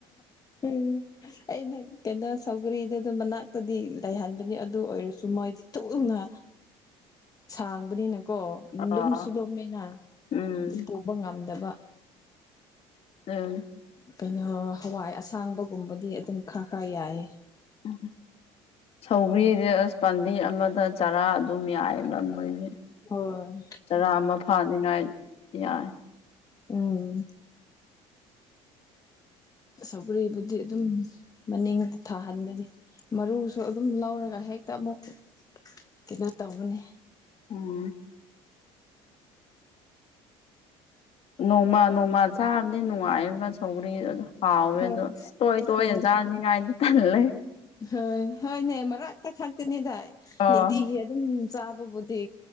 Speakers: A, on the left (about 30°); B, on the left (about 50°).
A: ꯎꯝ ꯑꯩꯅ ꯀꯩꯅꯣ ꯁꯧꯒꯔꯤꯗꯣ ꯑꯗꯨ ꯃꯅꯥꯛꯇꯗꯤ ꯂꯩꯍꯟꯕꯅꯤ ꯑꯗꯨ ꯑꯣꯏꯔꯁꯨ ꯃꯣꯏꯗꯤ ꯊꯨꯅ ꯁꯥꯡꯕꯅꯤꯅꯀꯣ
B: ꯑꯣ
A: ꯂꯝꯁꯨ ꯂꯣꯝꯃꯦꯅ
B: ꯎꯝ
A: ꯄꯨꯕ ꯉꯝꯗꯕ
B: ꯎꯝ
A: ꯀꯩꯅꯣ ꯍꯋꯥꯏ ꯑꯁꯥꯡꯕꯒꯨꯝꯕꯗꯤ ꯑꯗꯨꯝ ꯈꯔ ꯈꯔ ꯌꯥꯏꯑꯦ
B: ꯎꯝ ꯁꯧꯒ꯭ꯔꯤꯁ ꯑꯁ ꯄꯥꯝꯕꯤ ꯑꯃꯗ ꯆꯔꯥ ꯑꯗꯨꯝ ꯌꯥꯏꯌꯦꯕꯥ ꯃꯣꯢꯗꯤ
A: ꯍꯣꯏ
B: ꯆꯔꯥ ꯑꯃ ꯐꯥꯅꯤꯡꯉꯥꯏ ꯌꯥꯏ
A: ꯎꯝ ꯁꯧꯒꯔꯤꯕꯨꯗꯤ ꯑꯗꯨꯝ ꯃꯅꯤꯡ ꯊꯥꯍꯟꯕꯅꯤ ꯃꯔꯨꯁꯨ ꯑꯗꯨꯝ ꯂꯧꯔꯒ ꯍꯦꯛꯇ ꯑꯃꯨꯛ ꯀꯩꯅꯣ ꯇꯧꯕꯅꯦ
B: ꯎꯝ ꯅꯣꯡꯃ ꯅꯣꯡꯃꯥ ꯆꯥꯕꯗꯤ ꯅꯨꯡꯉꯥꯏꯌꯦꯕ ꯁꯧꯒꯔꯤ ꯑꯗꯣ ꯍꯥꯎꯋꯦ
A: ꯍꯣꯏ
B: ꯑꯗꯣ ꯇꯣꯏ ꯇꯣꯏꯅ
A: ꯍꯣꯏ
B: ꯆꯥꯅꯤꯡꯉꯥꯏꯗꯤ ꯊꯜꯂꯦ
A: ꯍꯣꯏ ꯍꯣꯏꯅꯦ ꯃꯔꯛꯇ ꯈꯛꯇꯅꯤꯗ
B: ꯑꯣ
A: ꯅꯤꯇꯤꯒꯤ ꯗꯨꯝ ꯆꯥꯕꯕꯨꯗꯤ